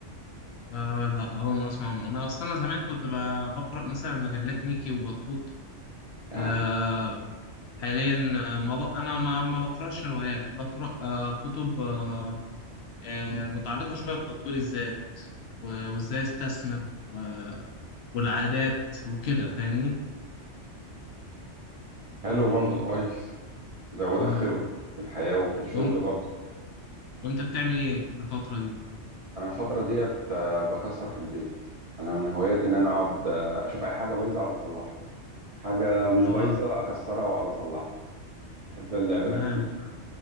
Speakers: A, on the left; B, on the right.
A: آه لا أول مرة أسمع عنه أنا أصلا أنا زمان كنت ب- بقرأ مثلا مجلات ميكي وبطوط
B: آه،
A: آه حاليا آه، ما ب... أنا ما, ما بقرأش روايات بقرأ آه كتب آه آه متعلقة شوية بتطوير الذات و- وإزاي أستثمر و... والعادات وكده فاهمني
B: حلو
A: يعني
B: برضو كويس زودك
A: مم.
B: خبرة في الحياة وفي الشغل
A: وإن-
B: برضو
A: وأنت بتعمل إيه في الفترة دي؟
B: أنا الفترة ديت آه، بكسر في البيت أنا من هواياتي إن أنا أقعد آه، أشوف أي حاجة بايظة أقعد أصلحها حاجة مش
A: آه
B: بايظة أكسرها وأقعد أصلحها بحب اللعب
A: تمام
B: أنا كتير